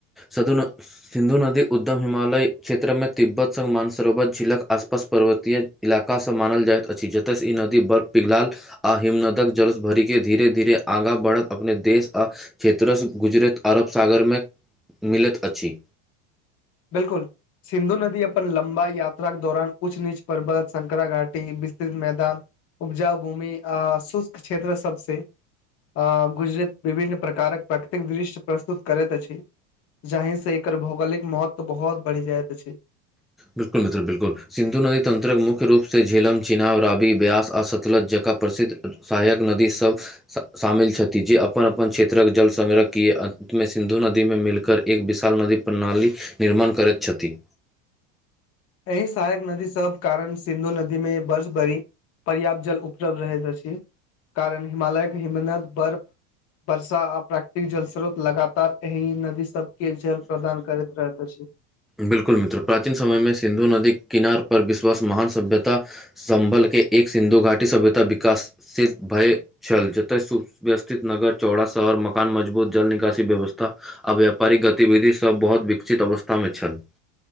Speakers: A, in the centre; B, on the left (about 45°).
A: सधु न सिन्धु नदीक उद्गम हिमालय क्षेत्रमे तिब्बत संग मानसरोवर झिलक आसपास पर्वतीय इलाका सब मानल जाइत अछि जतय से ई नदी बर्फ पिघलाल आ हिमनदक जल सं भरि के धीरे धीरे आगाँ बढ़ैत अपन देश आ क्षेत्रसँ गुजरैत अरब सागरमे मिलैत अछि।
B: बिलकुल। सिन्धु नदी अपन लम्बा यात्राक के दौरान उच्च नीच पर्वत, शंकराघाटी, विस्तृत मैदान उपजाऊ भूमि आ शुष्क क्षेत्र सबसे आ गुजरैत विभिन्न प्रकारक प्राकृतिक दृश्य प्रस्तुत करैत अछि। जाहिसे एकर भौगोलिक महत्व बहुत बढ़ि जाइत अछि।
A: बिल्कुल मित्र बिल्कुल। सिन्धु नदी तन्त्रक मुख्य रूपसँ झेलम, चिनाव, राबी, ब्यास आ सतलज जकाँ प्रसिद्ध सहायक नदी सब शामिल छथि जे अपन अपन क्षेत्रक जल सङग्रहके अन्तमे सिन्धु नदीमे मिलकर एक विशाल नदी प्रणाली निर्माण करैत छथि।
B: एहि सहायक नदी सब कारण सिन्धु नदी मे वर्ष भरि पर्याप्त जल उपलब्ध रहै अछि कारण हिमालयके हिमनत बर्फ वर्षा आ प्राकृतिक जल स्रोत लगातार एहि नदी सब के जल प्रदान करैत रहैत अछि।
A: बिलकुल मित्र प्राचीन समयमे सिन्धु नदी किनार पर विश्वास महान सभ्यता संभल के एक सिन्धु घाटी सभ्यता विकासशील भय छल जतय सुव्यवस्थित नगर, चौड़ा शहर, मकान मजबूत जल निकासी व्यवस्था आ व्यापारिक गतिविधि सभ बहुत विकसित अवस्था मे छल।